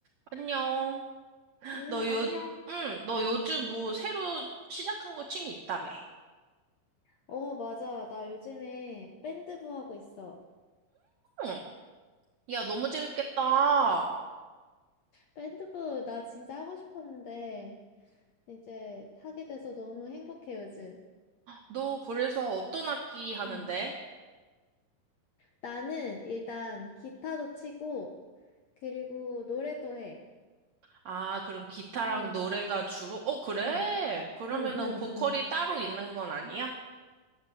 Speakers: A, on the right; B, on the left.
A: 안녕.
B: 응,
A: 너
B: 안녕.
A: 요, 응, 너 요즘 뭐 새로 시작한 거 취미 있다며?
B: 어, 맞아. 나 요즘에 밴드부 하고 있어.
A: 응. 야, 너무 재밌겠다.
B: 밴드부 나 진짜 하고 싶었는데 이제 하게 돼서 너무 행복해 요즘.
A: 너 그래서 어떤 악기 하는데?
B: 응. 나는 일단 기타도 치고 그리고 노래도 해.
A: 아, 그럼 기타랑
B: 응,
A: 노래가 주로? 어, 그래.
B: 응,
A: 그러면은
B: 응, 응,
A: 보컬이
B: 응.
A: 따로 있는 건 아니야?